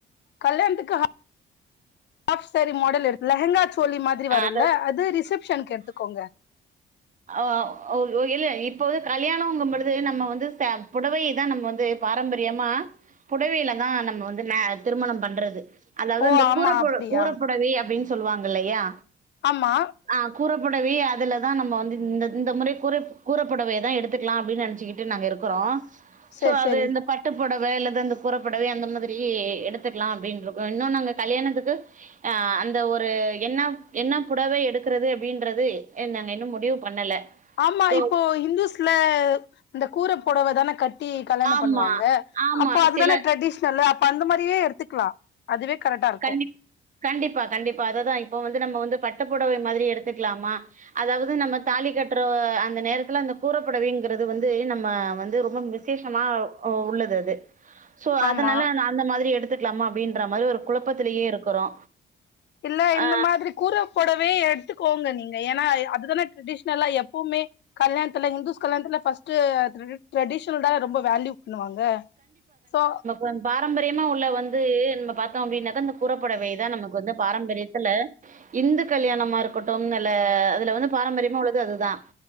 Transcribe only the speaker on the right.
அ
அத
அ ஓ ஓ ஓ இல்ல இப்போவே கல்யாணோங்கும் பொழுது நம்ம வந்து சம் புடவை தான் நம்ம வந்து பாரம்பரியமா புடவையில தான் நம்ம வந்து மே திருமணம் பண்றது அதாவது
அந்த
கூறப்புட
கூற புடவை அப்டின்னு சொல்லுவாங்க இல்லையா
ஆ கூறப்புடவையே அதுலதான் நம்ம வந்து இந்த இந்த முறை கூறை கூறப்புடவையதான் எடுத்துக்குலா அப்டின்னு நெனச்சுக்கிட்டு நாங்க இருக்குறோ
சோ அது
எந்தப் பட்டு புடவ இல்லது அந்த கூற புடவை அந்த மாதிரி எடுத்துக்குலா அப்டின்ட்ருக்கும் இன்னும் நாங்க கல்யாணத்துக்கு ஆ அந்த ஒரு என்ன என்ன புடவை எடுக்குறது அப்டின்றது எ நாங்க இன்னும் முடிவு பண்ணல
சோ
ஆமா
ஆமா
சில
கண்டி கண்டிப்பா கண்டிப்பா அததான் இப்போ வந்து நம்ம வந்து பட்டுப்புடவை மாதிரி எடுத்துக்குலாமா அதாவது நம்ம தாலி கட்ற ஒ அந்த நேரத்துல அந்த கூறப்புடவைங்குறது வந்து நம்ம வந்து ரொம்ப மிஸ் விசேஷமா ஓ உள்ளது அது சோ
அதனால நா அந்த மாதிரி எடுத்துக்குலாமா அப்டின்ற மாரி ஒரு குழப்பத்திலயே இருக்குறோ
ஆ
வந் பாரம்பரியமா உள்ள வந்து நம்ம பாத்தோம் அப்டின்னாக்கா இந்த கூறப்புடவைதான் நமக்கு வந்து பாரம்பரியத்துல இந்து கல்யாணமா இருக்கட்டும் நல்ல அதுல வந்து பாரம்பரியமா உள்ளது அதுதா